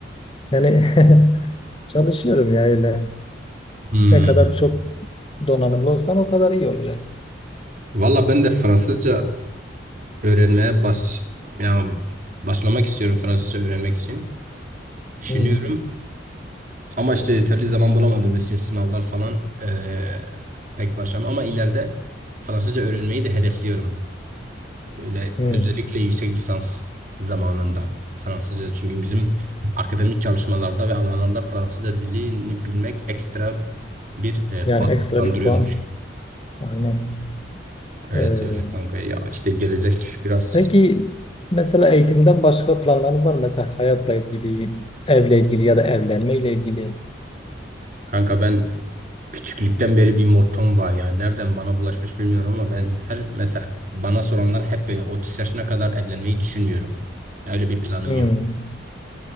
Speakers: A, on the left; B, on the right.
A: Yani <laughs> çalışıyorum ya öyle.
B: Hmm.
A: Ne kadar çok donanımlı olsam o kadar iyi olacak.
B: Valla ben de Fransızca öğrenmeye baş yani başlamak istiyorum Fransızca öğrenmek için. Düşünüyorum
A: Hmm.
B: ama işte yeterli zaman bulamadığımız için sınavlar falan eee pek başlamam ama ileride Fransızca öğrenmeyi de hedefliyorum. Böyle
A: Hmm.
B: özellikle yüksek lisans zamanında Fransızca çünkü bizim akademik çalışmalarda ve alanlarda Fransızca dilini bilmek ekstra bir e,
A: Yani
B: puan
A: ekstra
B: kazandırıyormuş.
A: bir puan. Aynen.
B: Evet
A: Ee,
B: öyle kanka ya işte gelecek biraz
A: Peki mesela eğitimden başka planların var mı? Mesela hayatla ilgili, evle ilgili ya da evlenmeyle ilgili.
B: Kanka ben küçüklükten beri bir mottom var ya. Nereden bana bulaşmış bilmiyorum ama ben her mesela bana soranlar hep böyle 30 yaşına kadar evlenmeyi düşünmüyorum. Öyle bir planım
A: Hmm.
B: yok.